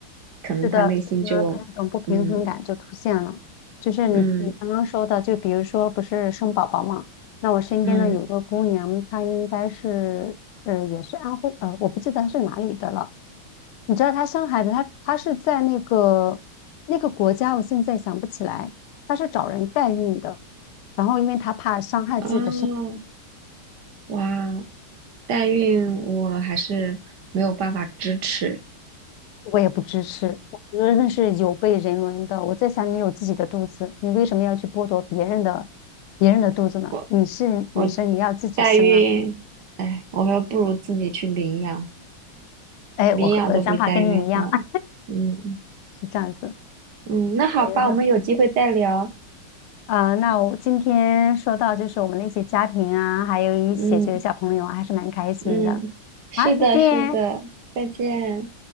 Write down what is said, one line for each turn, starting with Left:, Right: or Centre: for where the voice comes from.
Right: 可能他内心就，
Left: 是的，所以呢，他那种不平衡感就出现了。
Right: 嗯
Left: 就是你你刚刚说的，
Right: 嗯
Left: 就比如说不是生宝宝嘛，那我身边呢有个姑娘，
Right: 嗯，
Left: 她应该是呃也是安徽呃，我不记得是哪里的了。你知道他生孩子，他他是在那个那个国家，我现在想不起来，他是找人代孕的，然后因为他怕伤害自己的身体，
Right: 啊哇，代孕我还是没有办法支持
Left: 我也不支持，我觉得那是有悖人伦的。我在想，你有自己的肚子，你为什么要去剥夺别人的别人的肚子呢？
Right: 我，
Left: 你是女生，
Right: 我
Left: 你要自己生啊。
Right: 代孕，哎，我还不如自己去领养，
Left: 哎，
Right: 领养都比代孕好，
Left: 我和我的想法跟你一样啊，
Right: 嗯。
Left: 是这样子。
Right: 嗯，那好吧，
Left: 等于是
Right: 我们有机会再聊。
Left: 啊，那我今天说到就是我们那些家庭啊，还有一些这个小朋友啊，
Right: 嗯
Left: 还是蛮开心的。
Right: 嗯，是的，
Left: 好，再见。
Right: 是的，再见。